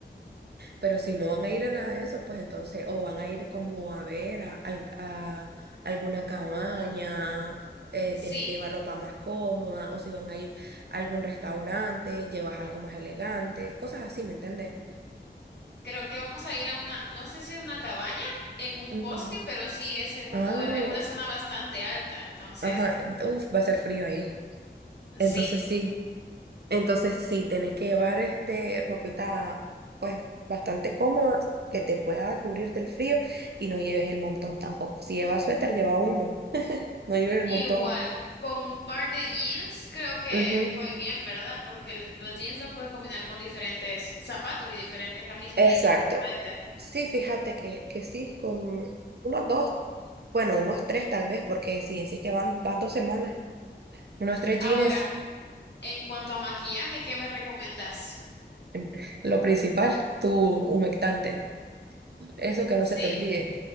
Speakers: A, on the right; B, on the left.
A: Pero si no van a ir a nada de eso, pues entonces, o van a ir como a ver a, al- a alguna cabaña, eh,
B: Sí,
A: tienes que llevar ropa más cómoda, o si van a ir a algún restaurante, llevas algo más elegante, cosas así, ¿me entendés?
B: creo que vamos a ir a una, no sé si es una cabaña en un
A: Ujú.
B: bosque, pero sí es en un
A: Ah,
B: lugar, en una zona bastante alta, entonces.
A: ajá, uf, va a ser frío ahí.
B: Sí,
A: Entonces sí, entonces sí, tenés que llevar este ropita pues bastante cómoda que te pueda cubrir del frío y no lleves el montón tampoco. Si llevas suéter, lleva uno No llueve el
B: igual,
A: montón.
B: con un par de jeans creo que
A: Ujú.
B: voy bien, ¿verdad? Porque el- los jeans los puedes combinar con diferentes zapatos y diferentes camisas
A: Exacto.
B: y el mismo suéter.
A: Sí, fíjate que, que sí, con unos dos, bueno, unos tres tal vez, porque si decís que van, van dos semanas, unos tres
B: Ahora,
A: jeans,
B: en cuanto a maquillaje, ¿qué me recomendás?
A: em, lo principal, tu humectante, eso que no
B: Sí,
A: se te olvide.